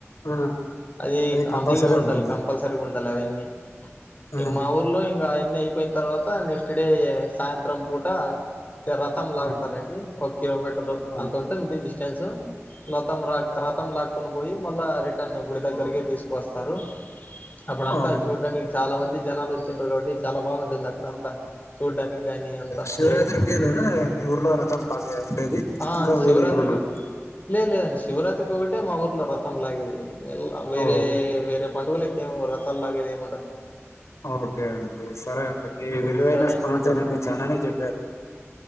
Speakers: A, on the left (about 85°); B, on the left (about 35°).
A: ఆ
B: అదిగి
A: కంపల్సరీ
B: అది ఉండాలి
A: ఉంటుంది
B: కంపల్సరీ గా ఉండాలి అవన్నీ
A: ఆ
B: ఇంక మా ఊర్లో ఇంకా అవన్నీ అయి. పోయిన తర్వాత నెక్స్ట్ డే సాయంత్రం పూట. రథం లాగుతారండి.
A: ఆ
B: ఒక కిలోమీటర్
A: ఆ అవును
B: అంత ఉంటుంది డీస్ తెల్సు లోతం రాక్ రతం ల క్ కొని పోయి మళ్ళా రిటర్న్ గుడి దగ్గరకి తీసుకొస్తారు అప్పుడంతా
A: అవును
B: చూడ్డా మీజ్ చాలా మంది జనాలు వచ్చింట్రూ కాబట్టి చాలా బాగుంటుంది అక్కడ అంతా చూడ్డానికి గాని అంత
A: శివరాత్రి
B: ప్లేస్
A: <unintelligible> మీ ఊర్లో రతం బాగా ఉండేది
B: ఆ
A: ఇంకా
B: శివరాత్రిగా
A: వేరే ఏమన
B: లేదు శివరాత్రికి ఒకటే మా ఊర్లో రత్ సంలది వెళ వేరే
A: ఓ
B: వేరే పండుగలకి. ఏం రథలులాగేది ఏముండదు.
A: ఓకే అండి సరే అండి మీ విలువైన
B: సరే
A: సమాచారాన్ని
B: అండి
A: చాననే చెప్పారు